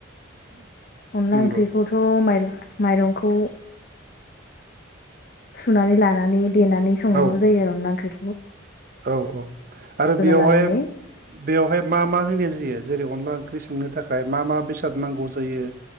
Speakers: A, on the left; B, on the right.
A: अनला
B: नंगौ
A: ओंख्रिखौथ' माइर' मायरंखौ सुनानै लानानै देनानै संनांगौ
B: औ
A: जायो आरो अनला ओंख्रि
B: औ औ आरो बेवहाय
A: लानानै
B: बेवहाय मा मा होनाय जायो जेरै अनला ओंख्रि नो थाखाय मा मा बेसाद नांगौ जायो